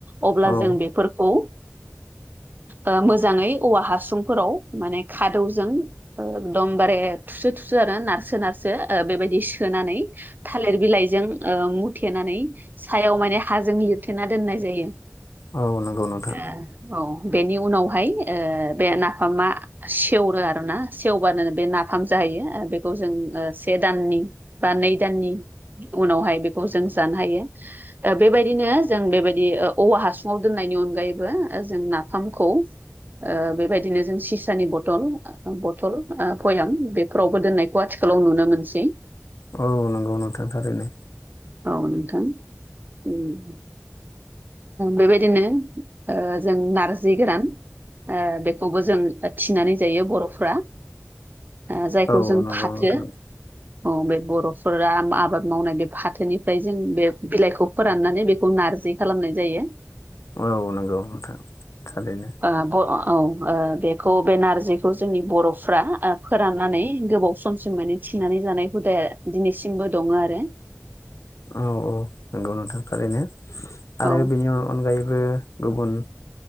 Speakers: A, on the right (about 40°); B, on the left (about 75°).
A: अब्ला
B: औ
A: जों बेफोरखौ ओ मोजाङै औवा हासुंफोराव माने खादौजों एकदमबारे थुसो थुसु आरो नारसो नारसो बेबायदि सोनानै थालिर बिलाइजों ओ मुथेनानै सायाव माने हाजों लिरथेना दोननाय जायो
B: औ नंगौ नोंथां
A: आ औ बेनि उनावहाय ओ बे नाफामा सेवरो आर ना सेवबानो बे नाफाम जायो आरो बेखौ जों से दाननि बा नै दाननि उनावहाय बेखौ जों जानो हायो ओ बेबायदिनो जों बेबायदि ओ औवा हासुङाव दोननायनि अनगायैबो जों नाफामखौ ओ बेबायदिनो जों सिसानि बथल बथल फयाम बेफोरावबो दोननायखौ आथिखालाव नुनो मोनसै
B: औ नंगौ नोंथां थारैनो
A: औ नोंथां ओम बेबायदिनो ओ जों नारजि गोरान ओ बेखौबो जों थिनानै जायो बर'फ्रा ओ जायखौ
B: औ
A: जों
B: नंगौ
A: फाथो
B: नोंथां
A: औ बे बर'फोरा आबाद मावनाय बे फाथोनिफ्राय जों बे बिलाइखौ फोराननानै बेखौ नारजि खालामनाय जायो
B: औ नंगौ नोंथां थारैनो
A: आ अ औ बेखौ बे नारजिखौ जोंनि बर'फ्रा फोराननानै गोबाव सम सिम माने थिनानै जानाय हुदाया दिनैसिमबो दङ आरो
B: औ औ नंगौ नोंथां थारैनो आरो
A: औ
B: बेनियाव अनगायैबो गुबुन